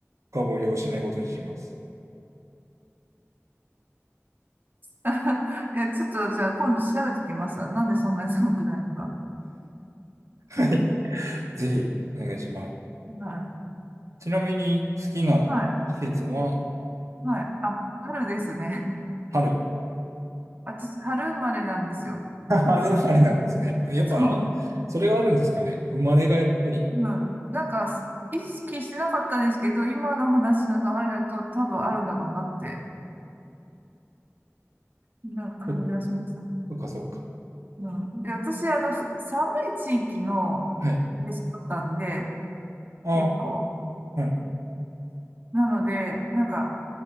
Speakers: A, on the right; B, on the right.
A: 深掘りをしないことにします。
B: <laughs> いや、ちょっとじゃあ今度調べてきますなんでそんなに寒くないのか。
A: <laughs> ぜひお願いします。
B: は
A: ちなみに好きな季節は
B: い。はい。はい。あ、春ですね。
A: 春。あ
B: 私、春生まれなんですよ。
A: ー <laughs> 春生まれなんですね。
B: 違う。
A: やっぱ、
B: そう。
A: あそれがあるんですかね。生まれがやっぱり。
B: うん。なんか、意識してなかったですけど、今の話の流れだと多分あるんだろうなってな感じがしましたね。
A: そそっかそっか。
B: うん。で、私、あの、ふ寒い地域の、
A: はい。
B: で育ったんで、
A: あ、
B: 結構。
A: はい。
B: なので、なんか、